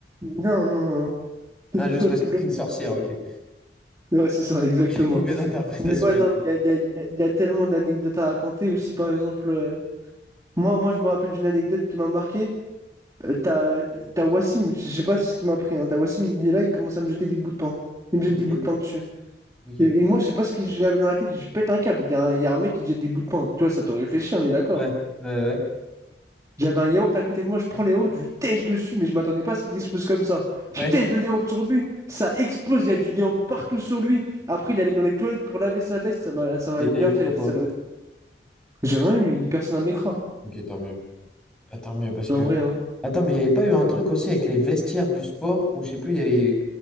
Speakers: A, on the right (about 20°); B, in the centre.
A: non, non, non. <laughs>
B: Ah, juste
A: Top,
B: parce que
A: top.
B: t'es une sorcière, ok.
A: Ouais, c'est ça, exactement.
B: Ok, <laughs> mauvaise interprétation,
A: Mais ouais, non,
B: excuse.
A: mais il y a, il y a- il y a- il y a tellement d'anecdotes à raconter. Aussi, par exemple, euh, moi, moi, je me rappelle d'une anecdote qui m'a marqué. Euh, t'as, t'as Wassim, je sais pas ce qui m'a pris. Hein. T'as Wassim, il est là, il commence à me jeter des bouts de pain. Il me jette
B: Ok,
A: des bouts de pain dessus.
B: ok.
A: Et, et
B: Ouais,
A: moi, je sais pas ce que j'avais dans la tête. Je pète un câble. Il y a, un il y a un mec qui jette des bouts de pain. Tu vois, ça t'aurait réfléchi, on est d'accord.
B: ouais, ouais.
A: J'avais un yaourt à côté de moi, je prends les yaourts, je lui tèche dessus, mais je m'attendais pas à ce qu'il explose comme ça.
B: Ouais.
A: Je tèche
B: Ouais.
A: le yaourt sur lui, ça explose, il y a du yaourt partout sur lui. Après, il allait dans les toilettes pour laver sa veste, ça m'a, ça m'avait
B: Et t'as
A: bien
B: eu
A: fait
B: quoi,
A: rire,
B: toi?
A: ça J'ai rien eu, il- personne ne m'écran,
B: Ok, tant mieux. Ah, tant mieux, parce
A: en
B: que...
A: vrai. hein.
B: Attends, mais il n'y avait pas eu un truc aussi avec les vestiaires du sport, où je sais plus, il y avait